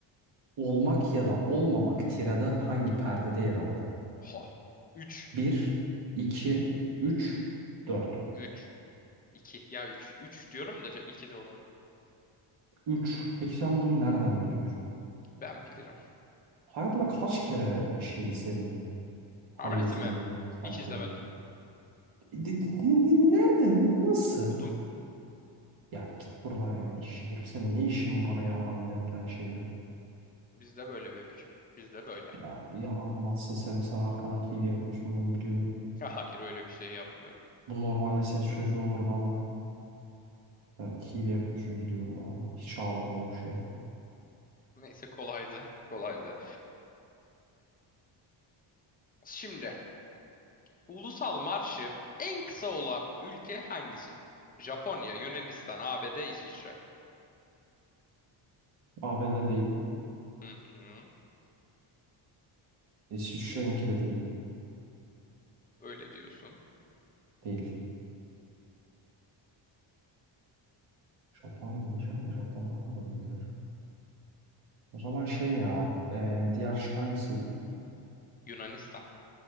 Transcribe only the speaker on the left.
Ho. 3.
3. 2. Ya 3. 3 diyorum da 2 de olabilir.
Ben bilirim.
Hamlesi mi?
Hiç izlemedim.
Okudum.
Bizde böyle bebişim. Bizde böyle.
Ya hayır öyle bir şey yapmıyorum.
Neyse kolaydı. Kolaydı. Şimdi ulusal marşı en kısa olan ülke hangisi? Japonya, Yunanistan, ABD, İsviçre.
Hı hı.
Öyle diyorsun.
Yunanistan.